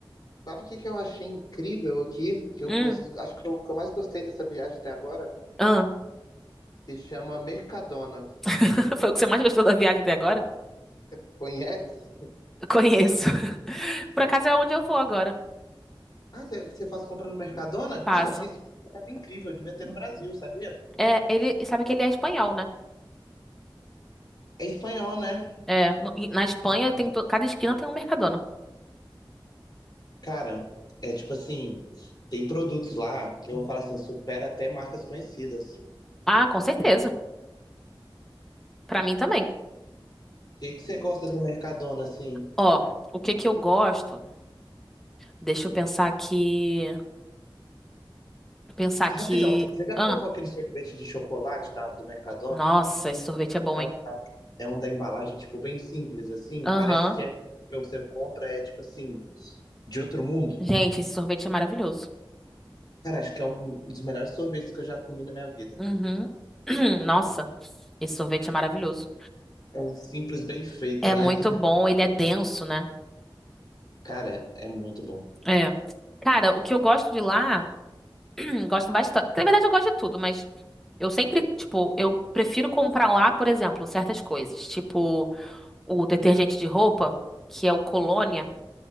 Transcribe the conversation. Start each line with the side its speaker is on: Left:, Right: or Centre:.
Left: Sabe o que que eu achei incrível aqui? Que eu
Centre: Hum,
Left: gos- acho que eu, que eu mais gostei dessa viagem até agora?
Centre: ah.
Left: Se chama Mercadona.
Centre: <laughs> Foi o que você mais gostou da viagem até agora?
Left: Conhece?
Centre: Conheço. <laughs> Por acaso é onde eu vou agora.
Left: Ah, você você faz compra no Mercadona?
Centre: Passo.
Left: Cara, achei isso incrível, devia ter no Brasil, sabia?
Centre: É, ele sabe que ele é espanhol, né?
Left: É espanhol, né?
Centre: É, no- e na Espanha tem to- cada esquina tem um mercadona.
Left: Cara, é tipo assim, tem produtos lá que eu vou falar assim, supera até marcas conhecidas. O
Centre: Ah, com certeza. Pra mim também.
Left: que que você gosta do Mercadona, assim?
Centre: Ó, o que que eu gosto? Deixa eu pensar aqui. Pensar
Left: Ah,
Centre: aqui.
Left: rapidão, você já
Centre: Ah,
Left: provou aquele sorvete de chocolate da- do Mercadona?
Centre: nossa, esse sorvete é bom,
Left: É um,
Centre: hein?
Left: da- é um da embalagem, tipo, bem simples, assim.
Centre: Aham.
Left: Parece que é, que você compra é, tipo assim, de outro mundo.
Centre: Gente, esse sorvete é maravilhoso.
Left: Cara, acho que é um dos melhores sorvetes que eu já comi na minha vida.
Centre: Uhum. <clears throat> Nossa, esse sorvete é maravilhoso.
Left: É um simples, bem feito,
Centre: É
Left: né?
Centre: muito bom, ele é denso, né?
Left: Cara, é muito bom.
Centre: É. Cara, o que eu gosto de lá, <clears throat> gosto bastante. Na verdade, eu gosto de tudo, mas eu sempre, tipo, eu prefiro comprar lá, por exemplo, certas coisas. Tipo, o detergente de roupa, que é o Colônia.